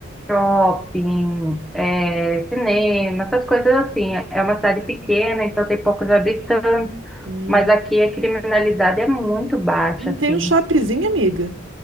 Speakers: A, in the centre; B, on the right (about 80°).
A: shopping, é, cinema, essas coisas assim. É uma cidade pequena, então tem poucos habitantes,
B: Hum,
A: mas aqui a criminalidade é muito baixa,
B: não
A: assim.
B: tem um shoppingzinho, amiga?